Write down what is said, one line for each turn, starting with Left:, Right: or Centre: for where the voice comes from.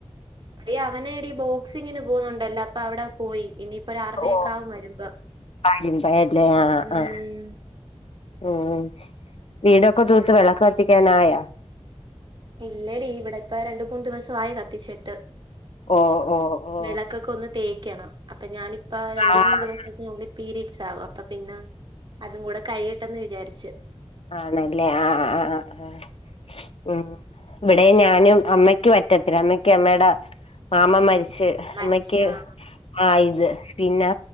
Right: എടി അവനേടി ബോക്സിങ്ങിന് പോകുന്നുണ്ടല്ലോ അപ്പൊ അവിടെ പോയി ഇനി ഒരാറരേക്കാവും
Left: ഓ
Right: വരുമ്പം
Left: കരിമ്പയല്ലേ ആഹ്
Right: ഉം
Left: ആഹ് ഉം വീടൊക്കെ തൂത്ത് വെളെക്ക് കത്തിക്കാനായോ
Right: ഇല്ലെടി ഇവിടെ ഇപ്പം രണ്ട് മൂന്ന് ദിവസവായി കത്തിച്ചിട്ട്
Left: ഓഹ് ഓഹ് ഓഹ്
Right: വിളക്കൊക്കാെന്ന് തേക്കെണം അപ്പൊ ഞാനിപ്പ രണ്ട്
Left: ആഹ്
Right: മൂന്ന് ദിവസത്തിനുള്ളി പീരീഡ്സാവും അപ്പൊ പിന്നെ അതും കൂടെ കഴിയെട്ടെന്ന് വിചാരിച്ച്
Left: ആണെല്ലേ ആഹ് ആഹ് ആഹ് ഉം ഇവിടെ ഞാനും അമ്മയ്ക്ക് പറ്റത്തില്ല അമ്മയ്ക്ക് അമ്മേട മാമൻ മരിച്ച്
Right: മരിച്ചു
Left: അമ്മക്ക്
Right: ആ
Left: ആയത് പിന്നെ